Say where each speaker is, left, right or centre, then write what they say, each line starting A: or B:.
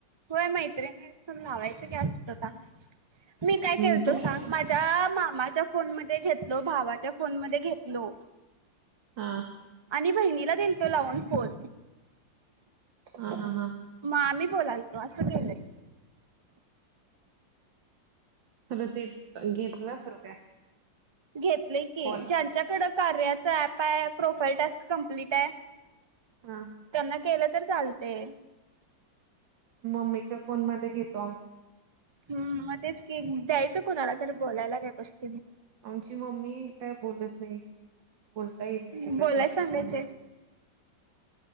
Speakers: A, on the right; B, on the right.
A: होय. मैत्रिणीसनी लावायचं कि <unintelligible> मी काय केलतो
B: हम्म, तू
A: सांग.
B: फोन
A: माझ्या मामाच्या फोन मध्ये घेतलो. भावाच्या फोन मध्ये घेत लो
B: हा
A: आणि बहिणि ला दिलतो लावून फोन.
B: हा हा हा हा.
A: म आम्ही बोलाल तो असं केलंय.
B: खरं ते घेतलं असेल काय?
A: घेतले की
B: कॉल
A: ज्यांच्याकड कार्याच ऍप आहे प्रोफाईल टास्क कम्प्लीट आहे
B: हा हा
A: त्यांना केलं तर चालते
B: मम्मीच्या फोन मध्ये घेतो आमच्या
A: हम्म मग तेच की द्यायचं कुणाला तर बोलायला का बसत
B: आमची मम्मी काय बोलत नाही बोलता येत नाही
A: बोलाय
B: तिला जास्त
A: सांगायचं
B: फोनवर